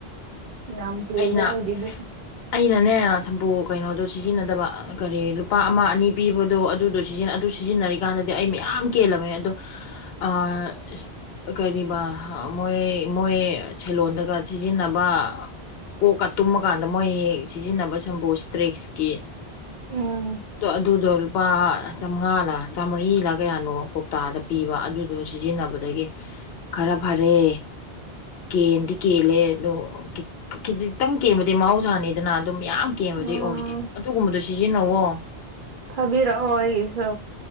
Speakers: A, on the right; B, on the left.
A: ꯌꯥꯝ ꯀꯦꯜꯂꯦ
B: ꯑꯩꯅ
A: ꯑꯩꯒꯤꯗꯤ
B: ꯑꯩꯅꯅꯦ ꯁꯝꯄꯨ ꯀꯩꯅꯣꯗꯣ ꯁꯤꯖꯤꯟꯅꯗꯕ ꯀꯔꯤ ꯂꯨꯄꯥ ꯑꯃ ꯑꯅꯤ ꯄꯤꯕꯗꯣ ꯑꯗꯨꯗꯣ ꯁꯤꯖꯤꯟꯅ ꯑꯗꯨ ꯁꯤꯖꯤꯟꯅꯔꯤꯀꯥꯟꯗꯗꯤ ꯑꯩ ꯃꯌꯥꯝ ꯀꯦꯜꯂꯝꯃꯦ ꯑꯗꯣ ꯑꯥ ꯀꯔꯤꯕ ꯃꯣꯏ ꯃꯣꯏ ꯁꯦꯜꯂꯣꯟꯗꯒ ꯁꯤꯖꯤꯟꯅꯕ ꯀꯣꯛꯀ ꯇꯨꯝꯃ ꯀꯥꯟꯗ ꯃꯣꯏ ꯍꯦꯛ ꯁꯤꯖꯤꯟꯅꯕ ꯁꯝꯄꯨ ꯁꯇ꯭ꯔꯦꯛꯁꯀꯤ
A: ꯎꯝ
B: ꯗꯣ ꯑꯗꯨ ꯑꯗꯣ ꯂꯨꯄꯥ ꯆꯥꯝꯃꯉꯥꯂ ꯆꯥꯝꯃꯔꯤꯂ ꯀꯌꯥꯅꯣ ꯀꯣꯛꯇꯥꯗ ꯄꯤꯕ ꯑꯗꯨꯗꯣ ꯁꯤꯖꯤꯟꯅꯕꯗꯒꯤ ꯈꯔ ꯐꯔꯦ ꯀꯦꯟꯗꯤ ꯀꯦꯜꯂꯦ ꯑꯗꯣ ꯈꯤꯖꯤꯛꯇꯪ ꯀꯦꯝꯕꯗꯤ ꯃꯍꯧꯁꯥꯅꯤꯗꯅ ꯑꯗꯨꯝ ꯌꯥꯝ ꯀꯦꯝꯕꯗꯤ
A: ꯎꯝ
B: ꯑꯣꯏꯗꯦ ꯑꯗꯨꯒꯨꯝꯕꯗꯨ ꯁꯤꯖꯤꯟꯅꯧꯑꯣ
A: ꯊꯥꯕꯤꯔꯛꯑꯣ ꯑꯩꯒꯤꯁꯨ